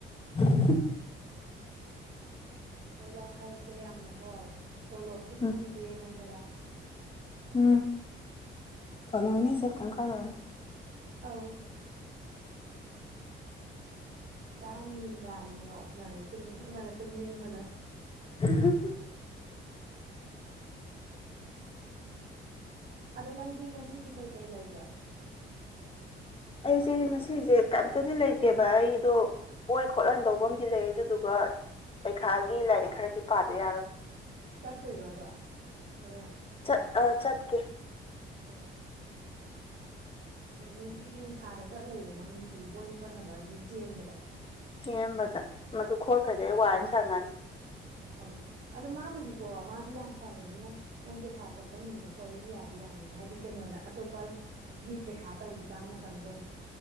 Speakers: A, on the left (about 30°); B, on the right (about 60°).
A: <unintelligible>
B: ꯑꯩ ꯋꯥꯈꯜꯁꯦ ꯌꯥꯝꯅꯀꯣ ꯇꯣꯂꯣꯞꯁꯨ
A: ꯎꯝ
B: ꯐꯪꯗꯦ ꯅꯟꯗꯔꯥ
A: ꯎꯝ ꯐꯪꯉꯅꯤꯁꯦ ꯀꯦꯝ ꯈꯟꯂꯨꯔꯅꯨ꯫
B: ꯑꯧ꯫ ꯄꯨꯔꯥ ꯅꯤꯟꯗ꯭ꯔꯥꯅꯤꯅ ꯑꯣꯛꯅꯔꯦ ꯇꯨꯝꯅꯤꯡꯕꯅ ꯇꯨꯝꯅꯤꯡꯕꯅ꯫
A: <unintelligible>
B: ꯑꯗꯣ ꯅꯪꯗꯤ ꯉꯁꯤꯗꯤ ꯀꯩꯀꯩ ꯂꯩꯒꯦ?
A: ꯑꯩꯁꯦ ꯉꯁꯤꯁꯦ ꯀꯝꯇꯗꯤ ꯂꯩꯇꯦꯕ ꯑꯩꯗꯣ, ꯕꯣꯏ ꯈꯣꯠꯍꯟꯗꯧꯕ ꯑꯃꯗꯤ ꯂꯩ ꯑꯗꯨꯗꯨꯒ, ꯄꯩꯈꯥꯒꯤ ꯂꯥꯏꯔꯤꯛ ꯈꯔꯗꯤ ꯄꯥꯗ ꯌꯥꯔꯣꯏ꯫
B: ꯆꯠꯇꯣꯏꯔꯣ ꯑꯗꯣ ꯍꯣꯔꯦꯟ?
A: ꯆꯠ ꯑꯥ ꯆꯠꯀꯦ꯫
B: ꯑꯣ ꯎꯝ ꯅꯨꯡꯇꯤꯒꯤ ꯅꯨꯡꯁꯥꯗ ꯆꯠ ꯂꯩꯔꯦ ꯅꯪ ꯅꯨꯡꯇꯤꯒꯤ ꯕꯣꯏ ꯈꯣꯠꯅꯕ ꯁꯤꯒꯤ ꯆꯦꯟꯕꯗ
A: ꯁꯦꯝꯕꯗ ꯃꯗꯨ ꯈꯣꯠꯈ꯭ꯔꯗꯤ ꯑꯩ ꯋꯥꯏ ꯑꯝ ꯁꯪꯉꯅꯤ
B: ꯑꯧ ꯑꯗꯣ ꯃꯥꯕꯨꯗꯤꯀꯣ ꯃꯥꯗꯤ ꯌꯥꯝ ꯐꯕꯅꯤꯅ ꯅꯪ ꯄꯩꯈꯥ ꯆꯠꯄ ꯅꯨꯃꯤꯠꯇ ꯈꯣꯠꯂꯁꯨ ꯌꯥꯗꯤ ꯌꯥꯅꯤꯌꯦ ꯍꯥꯏꯗꯤ ꯀꯩꯅꯣꯗ ꯑꯇꯣꯞꯄꯁ ꯒꯤ ꯄꯩꯈꯥ ꯇꯧꯔꯤꯀꯟ ꯃꯇꯝꯗꯣ